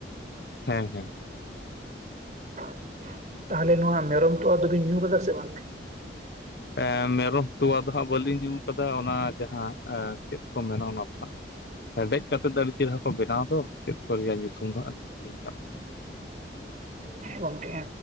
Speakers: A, on the left; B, on the right.
A: ᱦᱮᱸ <unintelligible>
B: <inaudible> ᱛᱟᱦᱚᱞᱮ ᱱᱚᱣᱟ ᱢᱮᱨᱚᱢ ᱛᱚᱣᱟ ᱫᱚᱵᱤᱱ ᱧᱩ ᱠᱟᱫᱟ ᱥᱮ ᱵᱟᱝ ᱜᱮ?
A: ᱮᱸᱻ ᱢᱮᱨᱚᱢ ᱛᱚᱣᱟ ᱫᱚ ᱦᱟᱸᱜ ᱵᱟᱹᱞᱤᱧ ᱧᱩ ᱠᱟᱫᱟ ᱾ ᱚᱱᱟ ᱡᱟᱦᱟᱸ ᱮᱸᱻ ᱪᱮᱫ ᱠᱚ ᱢᱮᱱᱟ ᱚᱱᱟ ᱫᱚ ᱦᱟᱸᱜ, ᱦᱮᱰᱮᱡ ᱠᱟᱛᱮ ᱫᱚ ᱟᱹᱰᱤ ᱪᱮᱦᱨᱟ ᱠᱚ ᱵᱮᱱᱟᱣ ᱫᱚ ᱪᱮᱫ ᱠᱚ ᱨᱮᱭᱟᱜ ᱧᱩᱛᱩᱢ ᱫᱚ ᱟᱹᱞᱤᱧ ᱞᱤᱝᱠ ᱟᱜ ᱫᱟ <inaudible>
B: ᱦᱮᱸ ᱜᱚᱢᱠᱮ